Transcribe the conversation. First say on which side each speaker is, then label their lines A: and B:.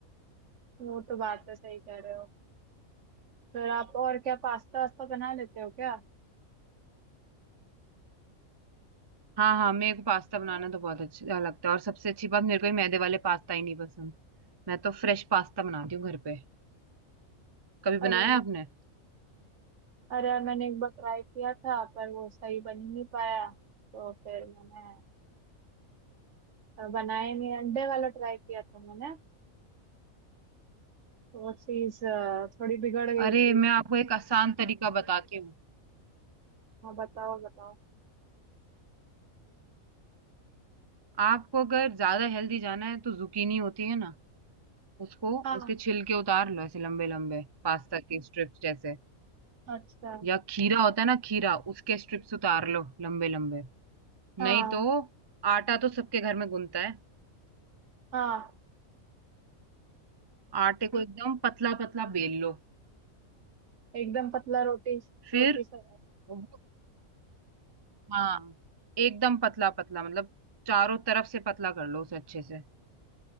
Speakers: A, on the right; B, on the right.
A: वो तो बात है सही कह रहे हो फिर आप और क्या पास्ता वास्ता बना लेते हो क्या
B: हाँ हाँ मेरे को पास्ता बनाना तो बहुत अच्छा लगता है और सबसे अच्छी बात मेरे को ये मैदे वाले पास्ता ही नहीं पसंद मैं तो फ्रेश पास्ता बनाती हूँ घर पे कभी बनाया
A: अरे वो-
B: आपने
A: अरे यार मैंने एक बार ट्राई किया था पर वो सही बन ही नहीं पाया तो फिर मैंने अ, बनाया ही नहीं अंडे वाला ट्राई किया था मैंने तो वो चीज अ, थोड़ी बिगड़ गई
B: अरे
A: थी
B: मैं आपको एक आसान तरीका बताती हूँ
A: हाँ बताओ बताओ
B: आपको अगर ज्यादा हेल्दी जाना है तो जुकीनी होती है ना उसको
A: हाँ
B: उसके छिलके उतार लो ऐसे लंबे लंबे पास्ता के स्ट्रिप्स जैसे
A: अच्छा
B: या खीरा होता है ना खीरा उसके स्ट्रिप्स उतार लो लंबे लंबे
A: हाँ
B: नहीं तो आटा तो सबके घर में गुनता है
A: हाँ
B: आटे को एकदम पतला पतला बेल लो
A: एकदम पतला रोटी रोटी
B: फिर
A: सा
B: वो- हाँ एकदम पतला पतला मतलब चारों तरफ से पतला कर लो उसे अच्छे से